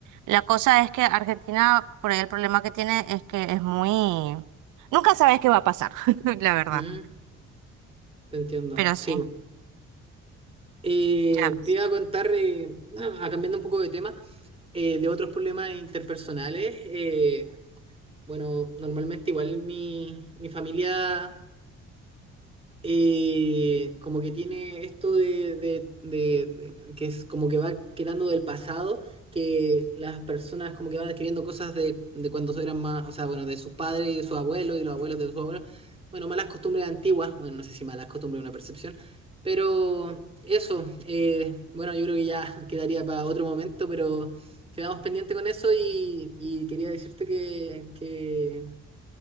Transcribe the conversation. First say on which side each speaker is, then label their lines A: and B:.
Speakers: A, on the right; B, on the right.
A: la cosa es que Argentina, por ahí el problema que tiene es que es muy... Nunca sabes qué va a pasar, <laughs> la verdad.
B: ujú, Te entiendo.
A: Pero sí,
B: Sí, po. Eh,
A: ya.
B: te iba a contar, eh, <clears throat> ah, cambiando un poco de tema, eh, de otros problemas interpersonales. eh, bueno, normalmente igual mi, mi familia eh, como que tiene esto de, de- de- de- que es como que va quedando del pasado, que las personas como que van adquiriendo cosas de, de cuando eran más, o sea, bueno, de sus padres y de sus abuelos y los abuelos de sus abuelos, bueno, malas costumbres antiguas, bueno, no sé si malas costumbres es una percepción, pero eso, eh, bueno, yo creo que ya <laughs> quedaría para otro momento, pero quedamos pendientes con eso y, y quería decirte que, que,